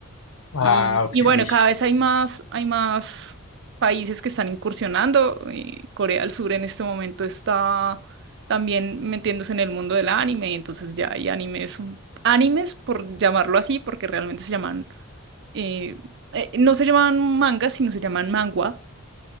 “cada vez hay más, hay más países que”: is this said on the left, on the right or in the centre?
Right